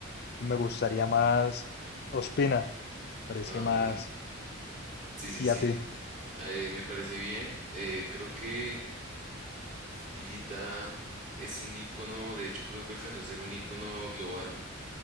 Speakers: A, on the left; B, on the right.
A: Me gustaría más Ospina. Parece
B: Ah,
A: más.
B: ok. Sí, sí,
A: ¿Y
B: sí.
A: a ti?
B: Eh, me parece bien. Eh, creo que Higuita es un icono. De hecho, creo que alcanzó a ser un icono global.